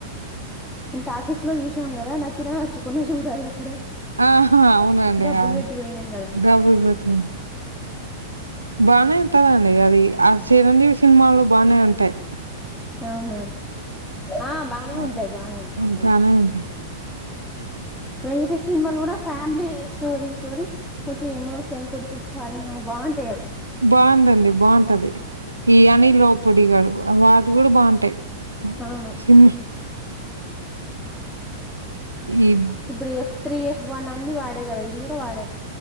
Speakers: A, in the centre; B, on the right (about 80°).
A: టాకీస్ లో చూసాం కదా నచ్చిన నచ్చకుండా చూడాలి అక్కడ
B: ఆ అవునండి
A: డబ్బులు
B: ఆ
A: పెట్టిపోయినాం కదా
B: డబుల్ బెడ్రూమ్ బానే ఉంటాదండి అది ఆ చిరంజీవి సినిమాల్లో బానే ఉంటాయి
A: అవునా ఆ బానే
B: అది
A: ఉంటాయి బానే ఉంటాయి
B: హ్మ్.
A: అవును
B: బానే ఉంటాయి.
A: వెంకటేష్ సినిమాలు కూడా ఫ్యామిలీ స్టోరీ తోని కొంచెం ఎమోషన్ కొంచెం ఫన్ బాగుంటది
B: బాగుందండి బాగుంటది ఈ అనిల్ రావ్పూడి గారు వాటర్ కూడా బాగుంటాయి
A: అవును
B: సిన్మా ఈ
A: ఇప్పుడు ఎఫ్ త్రీ ఎఫ్ వన్ అన్ని వాడే కదా ఇది కుడ వాడే